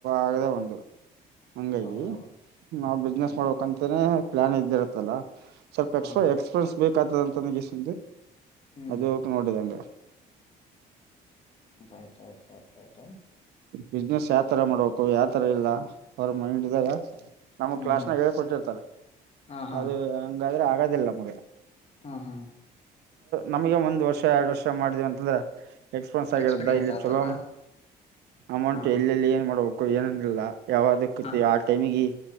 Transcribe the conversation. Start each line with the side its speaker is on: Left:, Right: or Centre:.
Right: ಆಗದೆ ಒಂದು. ಹಂಗಾಗಿ
Left: ಹೌದು
Right: ನಾವವು
Left: ಹ್ಮ
Right: ಬಿಸ್ನೆಸ್
Left: ಹ್ಮ್
Right: ಮಾಡ್ಬೇಕಂತನೇ ಪ್ಲಾನ್ ಇದ್ದಿರತ್ತಲ್ಲ ಸ್ವಲ್ಪ
Left: ಹಾ
Right: ಎಸ್ಟ್ರಾ ಎಕ್ಸ್ಪೀರಿಯನ್ಸ್ ಬೇಕತದಂತ ನಗಸ
Left: ಹ್ಮ್
Right: ಅದ ನೋಡಿದಂ
Left: ರಯತ ಆಯ್ತ್ ಆಯ್ತ ರಾಯತ
Right: ಬಿಸ್ನೆಸ್ ಯಾವ ತರ ಮಾಡ್ಬೇಕು ಯಾವತರ ಇಲ್ಲ ಅವ್ರ ಮನಿದಾಗ ನಮ್
Left: ಹ್ಮ್
Right: ಕ್ಲಾಸ್ನಾಗ
Left: ಹ್ಮ್
Right: ಹೇಳ ಕೊಟ್ಟಿರ್ತಾರ
Left: ಹಾ ಹಾ
Right: ಅದು ಹಂಗಾದ್ರೆ ಆಗದಿಲ್ಲ ನಮ್ಗ
Left: ಹಾ ಹಾ
Right: ನಮ್ಗೆ ಒಂದ್ ವರ್ಷ ಎರಡು ವರ್ಷ ಮಾಡಿದವ ಅಂತಂದ್ರೆ ಎಕ್ಸ್ಪ್ರನ್ಸ್ ಆಗಿರುದ
Left: ಎಕ್ಸ್ಪೀರಿಯನ್ಸ್
Right: ಇಲ್ಲಿ
Left: ಆಗ್ತದ
Right: ಚಲೋ ಅಮೌಂಟ್
Left: ಹಾ ಹಾ
Right: ಎಲ್ಲೆಲ್ಲಿ ಏನ್ ಮಾಡಬೇಕು ಏನೇನು ಇಲ್ಲ ಯಾವ್ದ ಕತ
Left: ಹಾ
Right: ಆ ಟೈಮಗ